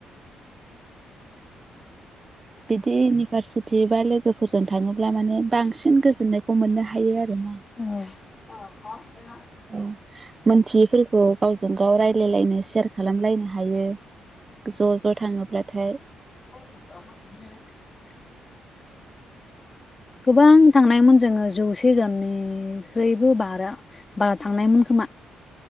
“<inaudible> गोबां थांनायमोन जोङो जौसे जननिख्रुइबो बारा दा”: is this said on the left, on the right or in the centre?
Left